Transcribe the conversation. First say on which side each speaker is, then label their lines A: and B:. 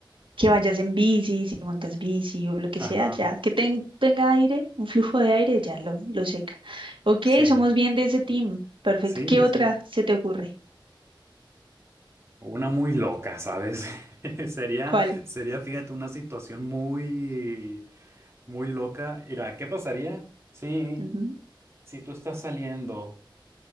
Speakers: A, on the right (about 80°); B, on the right (about 30°).
A: Que vayas en bici, si montas bici o lo que
B: Ajá,
A: sea, ya. Que ten- tenga aire, un flujo de aire, ya lo, lo seca. Ok,
B: sí,
A: somos bien de ese team. Perfecto.
B: sí,
A: ¿Qué otra
B: sí.
A: se te ocurre?
B: Una muy loca, ¿sabes? <laughs> Sería,
A: ¿Cuál?
B: sería, fíjate, una situación muy, muy loca. Mira, ¿qué pasaría si,
A: Ujú.
B: si tú estás saliendo